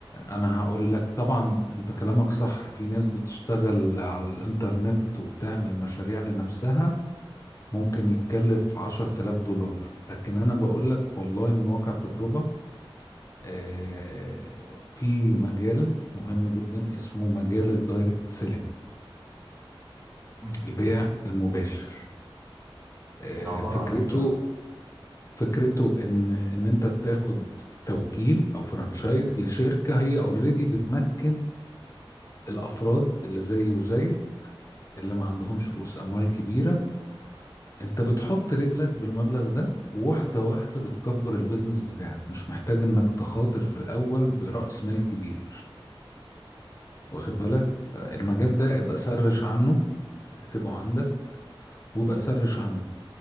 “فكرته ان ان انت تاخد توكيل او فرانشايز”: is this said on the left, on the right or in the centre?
Left